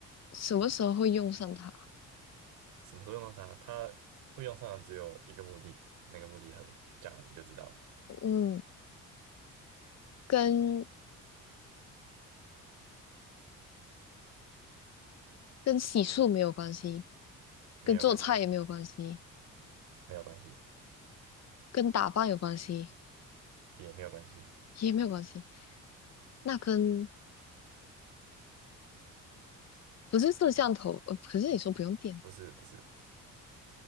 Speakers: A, on the left; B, on the right.
A: 什么时候会用上它？
B: 什么时候用到它？它会用上的只有一个目的，那个目的很讲了你就知道了，
A: 嗯，跟跟洗漱没有关系，
B: 没有关系，
A: 跟做菜也没有关系，
B: 没有关系，
A: 跟打扮有关系
B: 也没有关系，
A: 也没有关系。那跟不是摄像头，呃，可是你说不用电，
B: 不是不是，